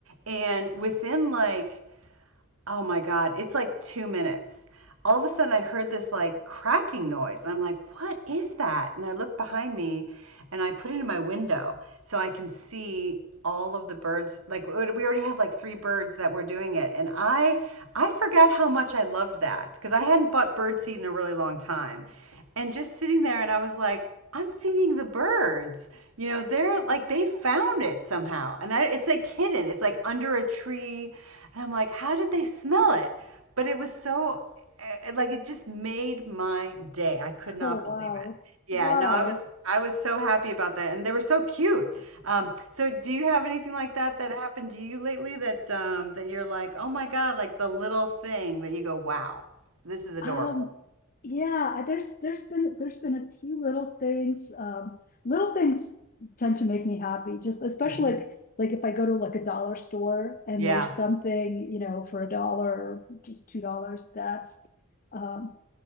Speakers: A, on the right (about 85°); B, on the left (about 40°).
A: and within like oh my God, it's like two minutes. All of a sudden, I heard this like cracking noise, and I'm like, what is that? And I look behind me and I put it in my window so I can see all of the birds like we already we had like three birds that were doing it and i i forgot how much i loved that because i hadn't bought bird seed in a really long time and just sitting there and i was like i'm feeding the birds you know they're like they found it somehow and I, it's like hidden it's like under a tree and I'm like, how did they smell it? But it was so, eh, like, it just made my day. I could not
B: oh
A: believe
B: wow.
A: it. Yeah,
B: Wow.
A: no, I was <laughs> I was so happy about that, and they were so cute. Um, so do you have anything like that that happened to you lately that um, that you're like, oh my God, like the little thing that you go, wow, this is adorable.
B: Um, yeah, there's there's been there's been a few little things. Um, little things tend to make me happy. Just especially
A: Mhm.
B: like, like if I go to like a dollar store and
A: Yeah,
B: there's something you know for a dollar or just two dollars. That's um,